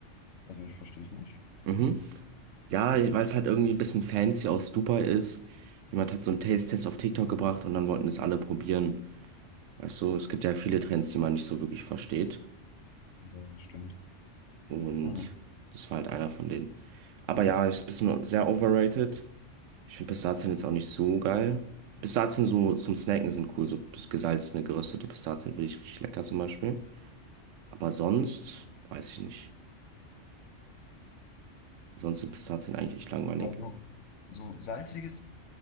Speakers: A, on the left; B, on the right.
A: Also ich verstehe es nicht.
B: Mhm. Ja, weil es halt irgendwie ein bisschen fancy aus Dubai ist. Jemand hat so einen Taste-Test auf TikTok gebracht und dann wollten es alle probieren. Weißt du, es gibt ja viele Trends, die man nicht so wirklich versteht.
A: Ja, das stimmt.
B: Und
A: Mhm.
B: das war halt einer von denen. Aber ja, ist ein bisschen sehr overrated. Ich finde Pistazien jetzt auch nicht so geil. Pistazien so zum Snacken sind cool, so gesalzene, geröstete Pistazien finde ich richtig lecker zum Beispiel. Aber sonst weiß ich nicht. Sonst sind Pistazien eigentlich echt langweilig.
A: Also so salziges